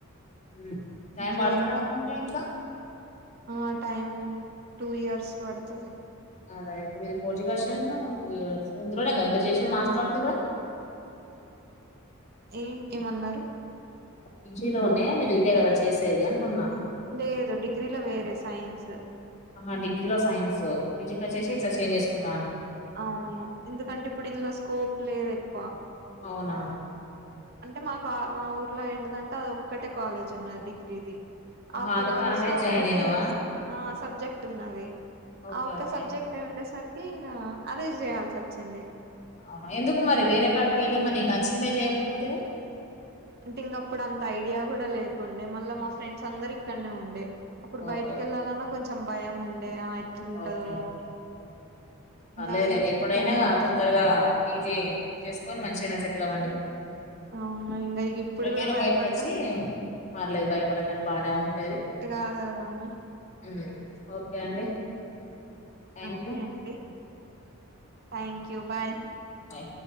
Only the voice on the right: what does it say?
ఇంట్లో
ఇంగ
ఆ టైమ్ టూ ఇయర్స్ పడుతది
ఏం ఏమన్నారు
లేదు డిగ్రీలో వేరే సైన్స్
అవును ఎందుకంటే ఇప్పుడు ఇందులో స్కోప్ లేదు ఎక్కువ
అంటే మా క్ ఆ మా ఊర్లో ఏంటిదంటే అది ఒక్కటే కాలేజ్ ఉన్నది డిగ్రీది ఆ
ఒక్క
కాలేజ్
లో
ఒక్కటే
స్ ఆ సబ్జెక్ట్ ఉన్నది
ఆ ఒక్క
సబ్జెక్ట్ ఉండేసరికి ఇగ అదే జేయాల్సి వచ్చింది
అంటే ఇంగ అప్పుడు అంత ఐడియా కుడా లేకుండే మళ్ళా మా ఫ్రెండ్స్ అందరు ఇక్కనే ఉండే అప్పుడు
బయటికేళ్లాలన్నా కొంచెం భయం ఉండే ఆ ఎట్లుంటదో
ఇంగా
ఇక్కడనే ఉండిపోయిన
అవునా ఇంగా ఇగ ఇప్పుడు
కూడా భయపడుతది
కాదు కదా అని
ఓకే
అండి థ్యాంక్ యూ బాయ్